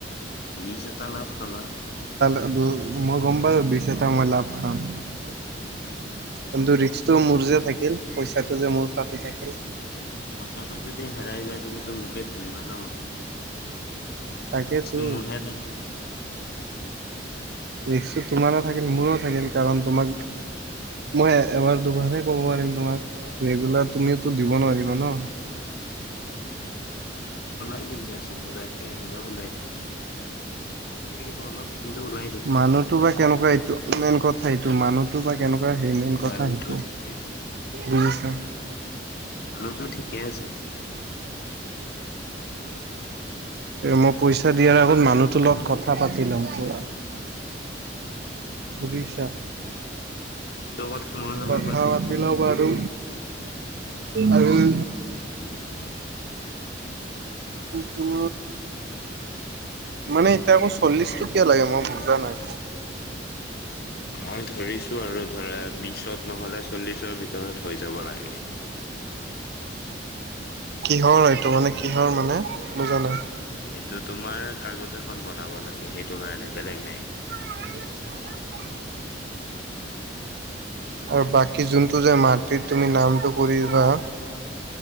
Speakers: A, on the left (about 60°); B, on the right (about 60°).
A: দিছে তালাব খাবা
B: আৰু মই গম পাই বিশছ এটা মই লাভ খাম কিন্তু ৰিক্সটো মোৰ যে থাকিল পইচাটো যে মোৰ ফচি থাকিল
A: সঁচাটো যদি হেৰাই যায় তুমিতো মোকে ধৰিবা ন
B: তাকেতো
A: একটো মুঢ়াই থাকিল
B: ৰি্ তোমাৰো থাকিল মোৰো থাকিল কাৰণ তোমাক মই এবাৰ দুবাৰহে কব পাৰিম তোমাক ৰেগুলাৰ তুমিওো দিব নোৱাৰিবা ন
A: ওলাই দিম যা চ বকে হ'ল ওলাই দিম টাইম লাগিব অলপ কিন্তু ওলাই দিম
B: মানুহটো বা কেনেকুৱা এইটো মেইন কথা সেইটো মানুহতো বা কেনেকুৱা সেই মেইন
A: মানুহটো
B: কথা সেইটো
A: ঠিকে আছে
B: বুজিছা
A: মানুহ টো ঠিকে আছে
B: তে মই পইচা দিয়াৰ আগত মানুহ সুলত কথা পাতি ল'মকুৰা
A: এইটো
B: উৰিষ্যা
A: সেইটো কথা মই হলে
B: কথা
A: পাতিম
B: পাতি লওঁ বাৰু আৰু উ তুম মানে এতিয়া আকৌ চল্লিশ টকীয়া লাগে মই বুজা নাই
A: মই ধৰিছো আৰু ধৰা বিশত নহ'লে চল্লিশৰ ভিতৰত হৈ যাব লাগে
B: কিহৰ এইটো মানে কিহৰ মানে বুজা নাই
A: এইটো তোমাৰ কাগজ আ খখন বনাব লাগে সেইটো কাৰণে বেলেগ নাই
B: <inaudible> আৰু বাকী যোনটো যে মাটিত তুমি নামটো কৰিবা